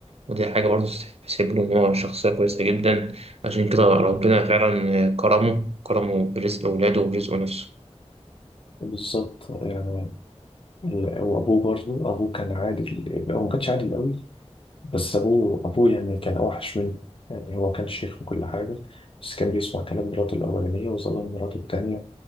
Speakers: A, on the right (about 60°); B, on the left (about 50°).
A: ودي حاجة برضو تحسب له إن هو شخصية كويسة جدا عشان كده ربنا فعلا كرمه كرمه برزق أولاده وبرزقه نفسه.
B: بالظبط يعني ال- وابوه برضه ابوه كان عادل هو ما كانش عادل قوي بس ابوه ابوه يعني كان اوحش منه يعني هو كان شيخ وكل حاجه بس كان بيسمع كلام مراته الاولانيه وظلم مراته التانيه